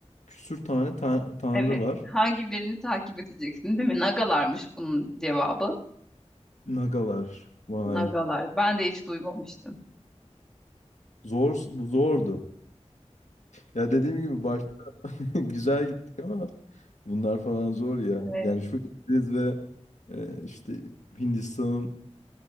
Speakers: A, on the left (about 80°); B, in the centre.
A: küsür tane tan- tanrı
B: Evet.
A: var.
B: Hangi birini takip edeceksin değil mi? Nagalarmış bunun cevabı.
A: Nagalar. Vay.
B: Nagalar. Ben de hiç duymamıştım.
A: Zor, bu zordu. Ya dediğim gibi başta <laughs> güzel gittik ama bunlar falan zor ya.
B: Evet.
A: Yani şu İngiliz ve e, işte Hindistan'ın